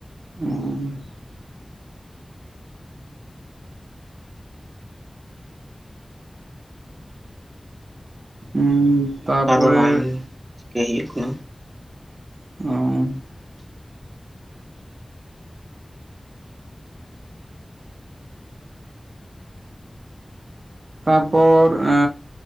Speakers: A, on the right; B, on the right.
A: ᱦᱩᱸ ᱩᱸ
B: ᱚᱱᱠᱟ
A: ᱛᱟᱯᱚᱨᱮ
B: ᱫᱚ ᱵᱟᱝ ᱪᱤᱠᱟᱹᱭ ᱦᱩᱭᱩᱜ ᱠᱟᱱᱟ
A: ᱚ ᱛᱟᱯᱚᱨ ᱮᱻᱻ